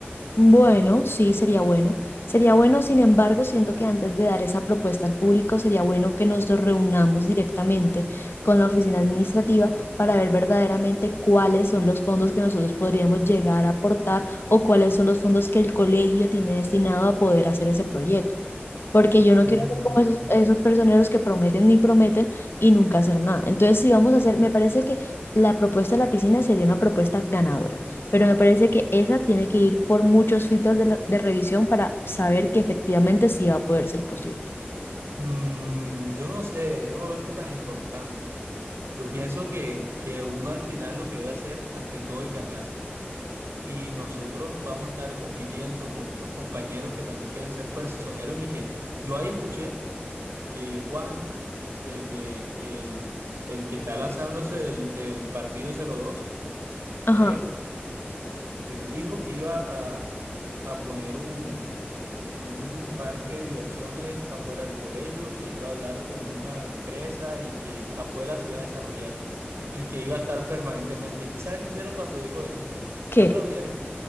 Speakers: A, on the left; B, on the right.
A: Bueno, sí, sería bueno. Sería bueno, sin embargo, siento que antes de dar esa propuesta al público, sería bueno que nos reunamos directamente con la oficina administrativa para ver verdaderamente cuáles son los fondos que nosotros podríamos llegar a aportar o cuáles son los fondos que el colegio tiene destinado a poder hacer ese proyecto. Porque yo no
B: Mm,
A: quiero ser como esos, esos personeros que prometen ni prometen y nunca hacer nada. Entonces, si vamos a hacer, me parece que la propuesta de la piscina sería una propuesta ganadora pero me parece que esa tiene que ir por muchos filtros de, la- de revisión para saber que efectivamente sí va a poder ser posible.
B: mm, yo no sé, yo no veo eso tan importante. Yo pienso que, que uno al final lo que debe hacer ante todo es ganar. Y nosotros vamos a estar compitiendo con otros compañeros que también quieren ser personeros y que yo ahí escuché que Juan, el de el, el que está lanzándose del, del partido cero dos
A: Ajá,
B: él, él dijo que iba a, a poner un, un parque de diversiones afuera del colegio, que iba a hablar con una empresa y que afuera se iba a desarrollar y que iba a estar permanentemente. ¿Y sabes qué hicieron cuando dijo eso?
A: ¿qué?
B: La aplaudieron.